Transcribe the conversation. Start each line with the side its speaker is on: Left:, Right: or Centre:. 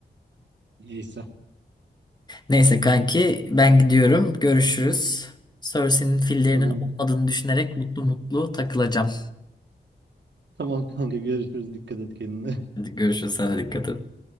Right: <laughs> Neyse.
Left: Neyse kanki ben gidiyorum. Görüşürüz. Cersei'nin fillerinin
Right: Tamam.
Left: olmadığını düşünerek mutlu mutlu takılacağım.
Right: Tamam kanka görüşürüz. Dikkat et kendine. <laughs>
Left: Hadi görüşürüz. Sana dikkat et.